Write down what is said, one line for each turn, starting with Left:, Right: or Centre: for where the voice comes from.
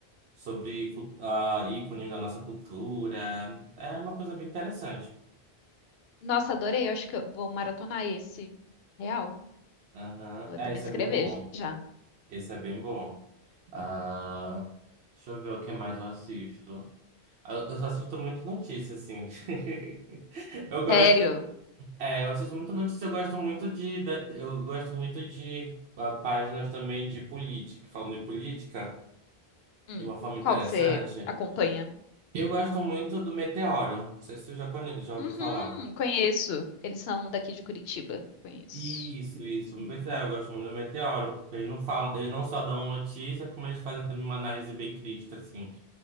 Right: Sobre cu- ah, ícones da nossa cultura. É uma coisa bem interessante.
Left: Nossa, adorei. Eu acho que eu vou maratonar esse. Real.
Right: Aham.
Left: Vou
Right: É,
Left: até
Right: esse
Left: me inscrever
Right: é bem bom.
Left: já.
Right: Esse é bem bom. Ah, deixa eu ver o que mais eu assisto. Ah, Eu, eu só assisto muito notícia, assim. <laughs> Eu gosto.
Left: Sério?
Right: É, eu assisto muito notícia, eu gosto muito de. da- Eu gosto muito de ah, páginas também de política, que falam de política
Left: Hum,
Right: de uma forma interessante.
Left: qual que você acompanha?
Right: Eu gosto muito do Meteoro. Não sei se você já conhece, já ouviu
Left: Uhum,
Right: falar.
Left: conheço. Eles são daqui de Curitiba. Conheço.
Right: Isso, isso.
Left: Uhum.
Right: Pois é, eu gosto muito do Meteoro, porque eles não falam, eles não só dão a notícia, como eles fazem também uma análise bem crítica, assim.